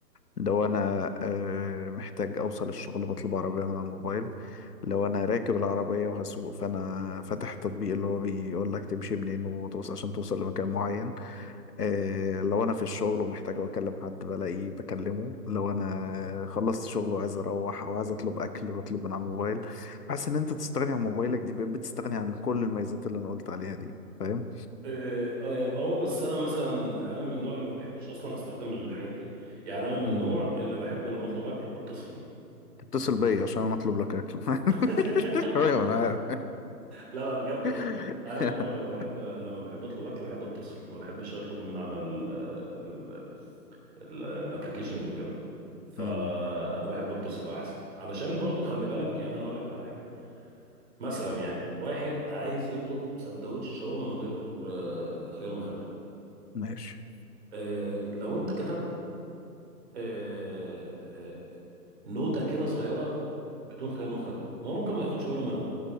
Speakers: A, on the left (about 65°); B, on the right (about 40°).
A: لو انا آه، محتاج اوصل الشغل بطلب عربية من على الموبايل لو انا راكب العربية وهسوق فانا فاتح التطبيق اللي هو بيقول لك تمشي منين وتوصل عشان توصل لمكان معين آه، لو انا في الشغل ومحتاج اكلم حد بلاقيه بكلمه لو انا خلصت شغل وعايز اروح او عايز اطلب اكل بطلب من على الموبايل حاسس ان انت تستغني عن موبايلك دي بقيت بتستغني عن كل الميزات اللي انا قلت عليها دي فاهم
B: اه آه، آه، بس انا مثلا انا من النوع اللي ما بحبش اصلا استخدم الحاجات دي يعني انا من النوع
A: امم
B: اللي بحب لما اطلب اكل اتصل
A: تتصل بيا عشان انا اطلب لك اكل
B: <laughs>
A: <laughs> ايوه انا عارف
B: لا لا بجد
A: <laughs>
B: والله انا من النوع لما بحب لما بحب اطلب اكل بحب اتصل ما بحبش اطلب من على ال ال الابلكيشنز وكده فانا
A: مم.
B: بحب اتصل احسن علشان برضو خلي بالك يعني انا اقول لك على حاجه مثلا يعني واحد عايز يطلب سندوتش شاورما من غير آه، خيار مخلل
A: ماشي
B: آه، لو انت كتبت آه، آه، نوتة كده صغيرة بدون خيار مخلل ما هو ممكن ما ياخدش باله منها